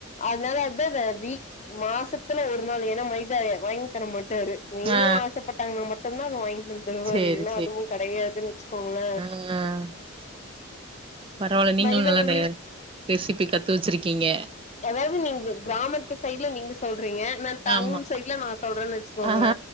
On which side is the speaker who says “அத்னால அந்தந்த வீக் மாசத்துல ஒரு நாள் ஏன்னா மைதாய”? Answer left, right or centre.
Left